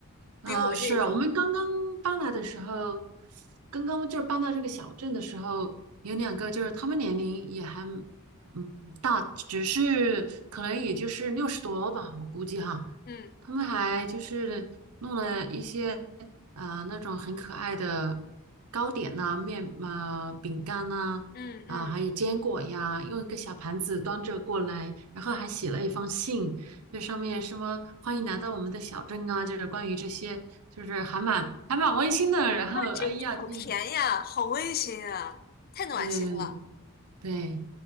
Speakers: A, on the right; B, on the left.
A: 啊，
B: 比我这，
A: 是我们刚刚搬来的时候，刚刚就是搬到这个小镇的时候，有两个就是他们年龄也还嗯大，只是可能也就是六十多吧，我估计哈，
B: 嗯
A: 他们还就是弄了一些啊、呃那种很可爱的糕点呐、面啊、饼干呐、
B: 嗯嗯，
A: 啊，还有坚果呀，用一个小盘子端着过来，然后还写了一封信，这上面什么欢迎来到我们的小镇啊，就是关于这些，就是还蛮还蛮温馨的。然后，
B: 哇这个好甜呀，
A: 哎呀，天呐，
B: 好温馨啊，太暖心了。
A: 对对对对。